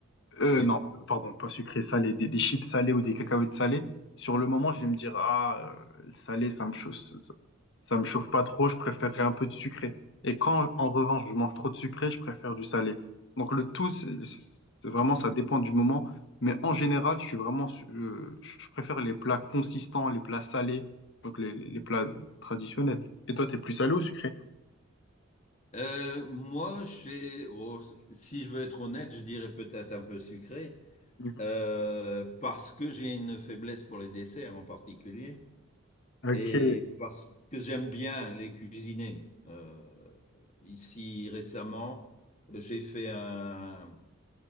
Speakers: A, on the left; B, on the left.
A: Euh,
B: Ouais.
A: non, pardon, pas sucré, salé, des, des chips salées ou des cacahuètes salées. Sur le moment, je vais me dire, ah, euh, salé, ça me chauffe, ça, ça- ça me chauffe pas trop, je préférerais un peu de sucré. Et quand, en revanche, je mange trop de sucré, je préfère du salé. Donc le tout, c'est c'est vraiment, ça dépend du moment. Mais en général, je suis vraiment, su- euh, je je préfère les plats consistants, les plats salés, donc les, les les plats traditionnels. Et toi, t'es plus salé ou sucré?
B: Euh, moi, j'ai, oh, si je veux être honnête, je dirais peut-être un peu sucré,
A: Mhm.
B: euh, parce que j'ai une faiblesse pour les desserts en particulier,
A: Ok.
B: et parce que j'aime bien les cuisiner. Euh, ici, récemment, j'ai fait un.